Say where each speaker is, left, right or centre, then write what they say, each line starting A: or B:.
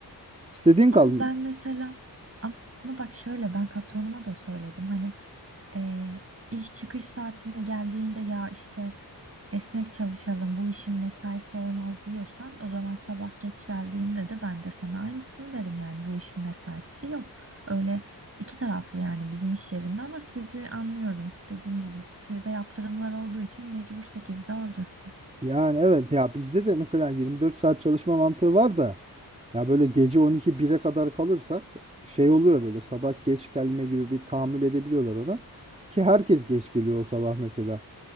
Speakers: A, on the right; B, on the right.
A: İstediğin
B: Ama
A: kal.
B: ben mesela ama bak şöyle ben patronuma da söyledim. Hani eee, iş çıkış saatine geldiğinde ya işte esnek çalışalım bu işin mesaisi olmaz diyorsan o zaman sabah geç geldiğimde de ben de sana aynısını derim yani bu işin mesaisi yok. Öyle iki taraflı yani bizim iş yerinde ama sizi anlıyorum. Dediğim gibi sizde yaptırımlar olduğu için mecbur sekizde oradasın.
A: Yani evet ya bizde de mesela 24 saat çalışma mantığı var da ya böyle gece 12 1'e kadar kalırsak şey oluyor böyle sabah geç gelme gibi bir tahammül edebiliyorlar ona. Ki herkes geç geliyor o sabah mesela.